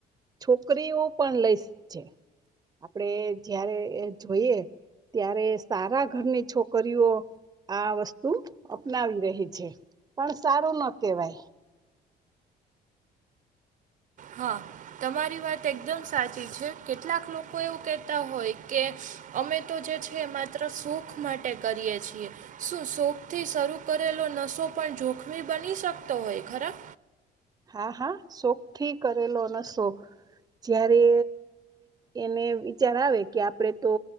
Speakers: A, on the right; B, on the right.
A: છોકરીઓ પણ લઈ છે. આપણેે જયારે જોઈએ ત્યારે સારા ઘરની છોકરીઓ. આ વસ્તુ અપનાવી રહી છે પણ સારું ન કેહેવાય.
B: હા તમારી વાત એકદમ સાચી છે કેટલાક લોકો એવું કહેતા હોય કે. અમે તો જે છે માત્ર સુખ માટે કરીએ છીએ. શું શોખથી શરૂ કરેલો નસો પણ જોખમી બની શકતો હોય ખરા.
A: હા હા શોખ થી કરેલો નશો જ્યારે. એને વિચાર આવે કે આપડે તો